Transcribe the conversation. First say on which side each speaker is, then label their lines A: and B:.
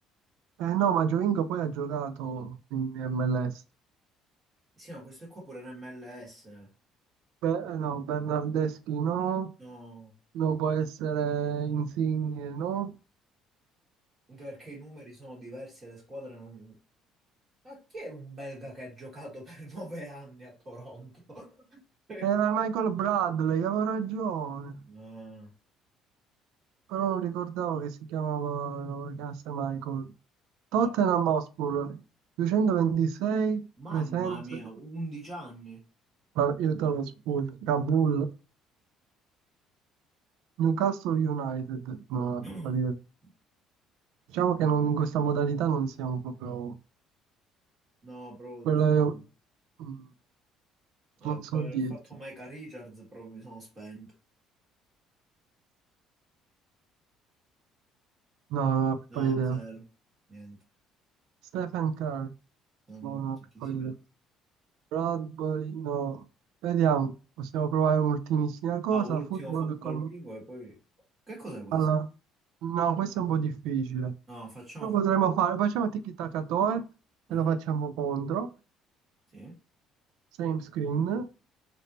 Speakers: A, on the right; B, on the right.
A: Eh no, ma Giovinco poi ha giocato in MLS.
B: Sì, ma questo è qua pure in MLS.
A: Be- eh, no, Bernardeschi no,
B: No,
A: non può essere Insigne no.
B: anche perché i numeri sono diversi e le squadre non... Ma chi è un belga che ha giocato per <laughs> nove anni a Toronto? <laughs>
A: Era Michael Bradley, avevo ragione,
B: No,
A: però non ricordavo che si chiamava, lo chiamasse Michael. Tottenham
B: ma
A: Hotspur, 226
B: mamma
A: presenze,
B: mia, 11 anni.
A: ma io te lo sputo, Kabul, Newcastle United, no, vabbè,
B: <clears throat>
A: per dire. Diciamo che non- in questa modalità non siamo proprio,
B: No, proprio...
A: quello
B: sì.
A: è- mm,
B: Ah,
A: non
B: dopo
A: so
B: aver
A: dirti.
B: fatto Micah Richards, proprio mi sono spento.
A: No, non ho la piccola
B: No,
A: idea.
B: zero. Niente,
A: Stephen Kerr,
B: non
A: non ho la
B: so
A: piccola
B: chi sia.
A: idea. Rugby, no. Vediamo, possiamo provare un'ultimissima cosa.
B: Ah, ultimo
A: Football
B: football
A: con...
B: bingo e poi... Che cos'è questo?
A: alla- No, questo è un po' difficile.
B: No, facciamo
A: Lo
B: football.
A: potremmo fare, facciamo tiki-taka-toe
B: Ah,
A: e lo facciamo contro.
B: sì.
A: Same screen.